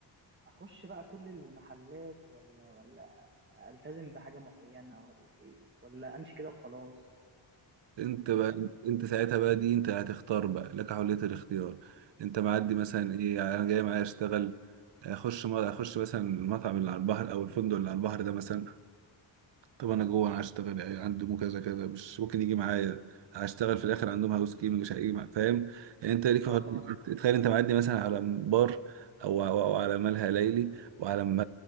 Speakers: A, on the right; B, on the right.
A: اخش بقى كل المحلات ولا ولا التزم بحاجه معينه ولا ايه ولا امشي كده وخلاص
B: انت بقى
A: فاهم
B: انت ساعتها بقى دي انت هتختار بقى لك حرية الاختيار انت معدي مثلا ايه يعني انا جاي معايا اشتغل اخش ما اخش مثلا المطعم اللي على البحر او الفندق اللي على البحر ده مثلا طب انا جوه انا هشتغل يعني عندهم كذا كذا مش ممكن يجي معايا هشتغل في الاخر عندهم هاوس كيمنج مش هيجي معايا فاهم يعني انت ليك حر-
A: اه
B: تخيل انت معدي مثلا على بار او او أو على ملهى ليلي وعلى م-